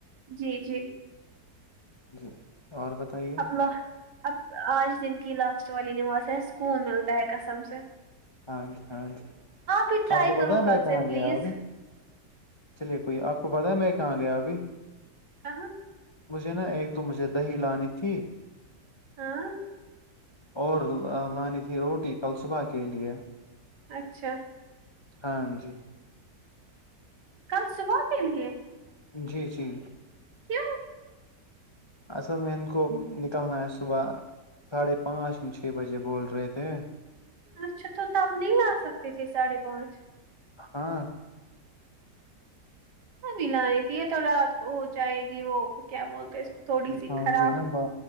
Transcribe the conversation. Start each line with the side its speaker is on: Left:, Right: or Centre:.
Right: جی جی
Left: جی اور بتائیے
Right: اب لا اب آج دن کی لاسٹ والی نماز ہے سکون ملتا ہے کسم سے
Left: ہاں جی ہاں جی
Right: بھی ٹرائی
Left: آپ کو
Right: کرو
Left: بتا ہے
Right: کل
Left: میں کہاں
Right: سے پلیز
Left: گیا ابھی چلیے کوئی آپ کو پتا ہے میں کہاں گیا ابھی
Right: کہاں
Left: مجھے نا ایک تو مجھے دہی لانی تھی
Right: ہاں
Left: اور لانی تھی روٹی کل صبح کے لیئے
Right: اچھا
Left: ہاں جی
Right: کل صبح کے لیے
Left: جی جی
Right: کیوں
Left: اصل میں ان کو نکلنا ہے صبح ساڑھے پانچ چھ بجے بول رہے تھے
Right: اچھا تو تب نہیں لا سکتے تھے ساڑھے پانچ
Left: ہاں
Right: بھی لانی تھی یہ تو رات کو ہو جائے گی وہ کیا بولتے اس کو تھوڑی سی
Left: ہاں
Right: خراب
Left: جی ہے ن با